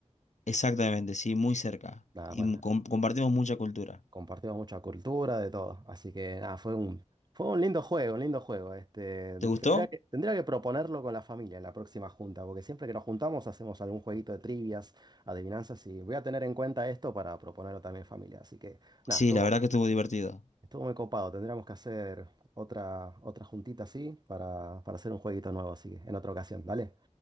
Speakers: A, on the left (about 70°); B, on the right (about 35°).
A: Exactamente, sí, muy cerca.
B: <laughs> Nada,
A: Y
B: bueno,
A: mu- com- compartimos mucha cultura.
B: compartimos mucha cultura, de todo. Así que nada, fue un, fue un lindo juego, un lindo juego. Este,
A: ¿Te gustó?
B: tendría que, tendría que proponerlo con la familia en la próxima junta, porque siempre que nos juntamos hacemos algún jueguito de trivias, adivinanzas, y voy a tener en cuenta esto para proponerlo también en familia. Así que nada,
A: Sí,
B: estuvo,
A: la verdad que estuvo divertido.
B: estuvo muy copado. Tendríamos que hacer otra, otra juntita así para, para hacer un jueguito nuevo, así que en otra ocasión, dale.